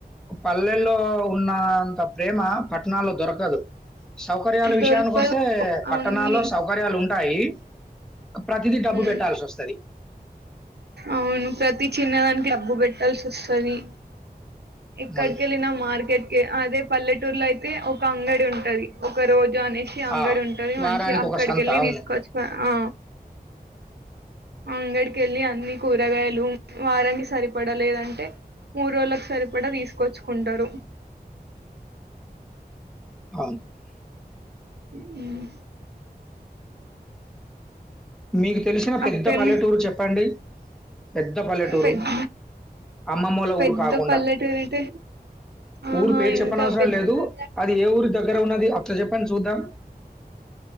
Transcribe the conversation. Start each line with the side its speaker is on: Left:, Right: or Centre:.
Centre: పల్లెల్లో ఉన్నంత ప్రేమ పట్టణాల్లో దొరకదు సౌకర్యాల విషయానికి
Right: దొరకవు
Centre: వస్తే పట్టణాల్లో
Right: అన్నీ.
Centre: సౌకర్యాలు ఉంటాయి ప్రతిదీ డబ్బు
Right: హ్మ్.
Centre: పెట్టాల్సి వస్తది
Right: అవును ప్రతి చిన్నదానికి డబ్బు పెట్టాల్సి వస్తది ఎక్కడిక
Centre: మనం
Right: ఎళ్ళిన మార్కెట్ క అదే పల్లె టూర్లో అయితే ఒక అంగడి ఉంటది ఒక రోజు గణేషి అంగడి
Centre: ఆ!
Right: ఉంటది
Centre: వారానికి
Right: మంచి అక్కడికెళ్ళి
Centre: ఒక సంత. అవును.
Right: తీసుకొచ్చుక ఆ అంగడికి వెళ్ళి అన్ని కూరగాయలు వారానికి సరిపడా లేదంటే మూడు రోజులకు సరిపడా తీసుకొచ్చుకుంటారు
Centre: ఆ
Right: హ్మ్
Centre: మీకు తెలిసిన పెద్ద
Right: అక్కడనే
Centre: పల్లెటూరు చెప్పండి పెద్ద పల్లెటూరు
Right: పెద్ద
Centre: అమ్మమ్మూల
Right: పెద్ద
Centre: ఊరు కాకుండా
Right: పల్లెటూరు అంటే ఆహా
Centre: ఊరు పేరు చెప్పన
Right: ఇంకా
Centre: అవసరం
Right: పెద్ద
Centre: లేదు అది ఏ ఊరి దగ్గర్ రున్నది అట్ల చెప్పండి చూద్దాం